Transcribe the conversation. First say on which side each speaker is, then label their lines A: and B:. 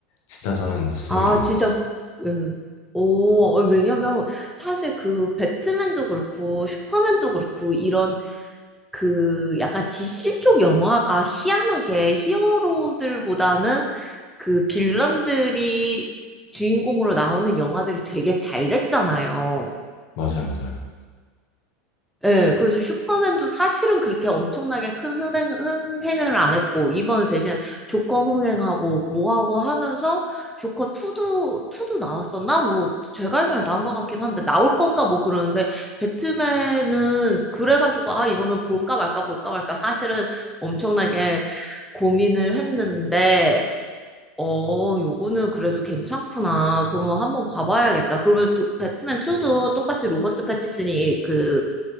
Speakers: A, on the left; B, in the centre.
A: 진짜 저는 재밌게
B: 아,
A: 봤었어요.
B: 진짜, 음. 오, 왜냐면 사실 그 배트맨도 그렇고 슈퍼맨도 그렇고 이런 그 약간 DC 쪽 영화가 희한하게 히어로들보다는 그 빌런들이 주인공으로 나오는 영화들이 되게 잘 됐잖아요.
A: 맞아요, 맞아요.
B: 예, 그래서 슈퍼맨도 사실은 그렇게 엄청나게 큰 흥행, 흥행을 안 했고, 이번에 대신 조커 흥행하고, 뭐하고 하면서, 조커 2도, 투도 나왔었나? 뭐, 제가 알기로는 나온 것 같긴 한데, 나올 건가 뭐 그러는데, 배트맨은 그래가지고, 아, 이거는 볼까 말까, 볼까 말까, 사실은 엄청나게 고민을 했는데, 어, 요거는 그래도 괜찮구나. 그러면 한번 봐봐야겠다. 그러면 또 배트맨 2도 똑같이 로버트 패티슨이 그